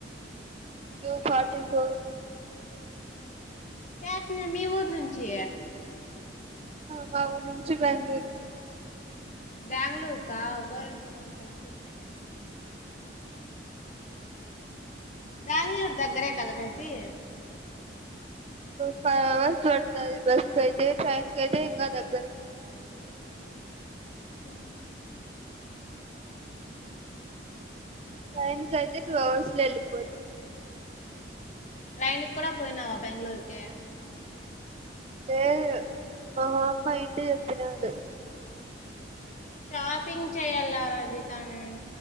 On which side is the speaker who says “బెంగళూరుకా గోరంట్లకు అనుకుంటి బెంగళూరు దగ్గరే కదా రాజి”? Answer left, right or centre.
Left